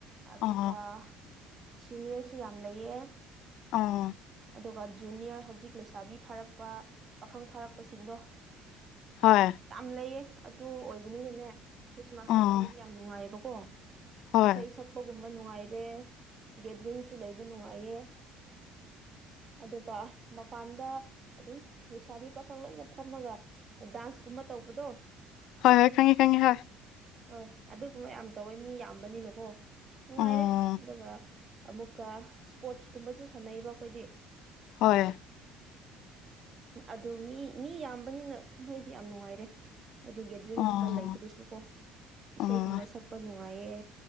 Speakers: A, on the right; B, on the left.
A: ꯑꯗꯨꯒ
B: ꯑꯣ
A: ꯁꯤꯅꯤꯌꯔꯁꯨ ꯌꯥꯝ ꯂꯩꯌꯦ
B: ꯑꯥ
A: ꯑꯗꯨꯒ ꯖꯨꯅꯤꯌꯔ ꯍꯧꯖꯤꯛ ꯂꯩꯁꯥꯕꯤ ꯐꯥꯔꯛꯄ ꯄꯥꯈꯪ ꯐꯥꯔꯛꯄꯁꯤꯡꯗꯣ
B: ꯍꯣꯏ
A: ꯂꯩꯩꯌꯦ ꯑꯗꯨ ꯑꯣꯏꯕꯅꯤꯅꯅꯦ ꯈ꯭ꯔꯤꯁꯃꯥꯁ
B: ꯑꯥ
A: ꯃꯇꯝꯗꯗꯤ ꯌꯥꯝ ꯅꯨꯡꯉꯥꯏꯌꯦꯕꯀꯣ
B: ꯍꯣꯏ
A: ꯏꯁꯩ ꯁꯛꯄꯒꯨꯝꯕ ꯅꯨꯡꯉꯥꯏꯔꯦ ꯒꯦꯗꯔꯤꯡꯁꯨ ꯂꯩꯕ ꯅꯨꯡꯉꯥꯏꯌꯦ <inaudible> ꯑꯗꯨꯒ ꯃꯄꯥꯟꯗ ꯑꯗꯨꯝ ꯂꯩꯁꯥꯕꯤ ꯄꯥꯈꯪ ꯂꯣꯏꯅ ꯐꯝꯃꯒ ꯗꯥꯟꯁ ꯨꯝꯕ ꯇꯧꯕꯗꯣ
B: ꯍꯣꯏ ꯍꯣꯏ ꯈꯪꯉꯦ ꯈꯪꯉꯦ ꯍꯣꯏ
A: ꯍꯣꯏ ꯑꯗꯨꯒꯨꯝꯕ ꯌꯥꯝ ꯇꯧꯋꯦ ꯃꯤ ꯌꯥꯝꯕꯅꯤꯅꯀꯣ ꯅꯨꯡꯉꯥꯏꯔꯦ
B: ꯑꯣ
A: ꯑꯗꯨꯒ ꯑꯃꯨꯛꯀ ꯁꯄꯣꯔꯠꯁ ꯀꯨꯝꯕꯁꯨ ꯁꯥꯟꯅꯩꯕ ꯑꯩꯈꯣꯏꯗꯤ
B: ꯍꯣꯏ
A: ꯑꯗꯨ ꯃꯤ ꯃꯤ ꯌꯥꯝꯕꯅꯤꯅ ꯀꯨꯝꯍꯩꯗꯤ ꯌꯥꯝ ꯅꯨꯡꯉꯥꯏꯔꯦ ꯍꯥꯏꯗꯤ ꯒꯦꯗꯔꯤꯡꯒꯨꯝꯕ
B: ꯑꯣ
A: ꯂꯩꯕꯗꯁꯨ ꯀꯣ ꯏꯁꯩꯒꯨꯝꯕ
B: ꯑꯣ
A: ꯁꯛꯄ ꯅꯨꯡ ꯅꯨꯡꯉꯥꯏꯌꯦ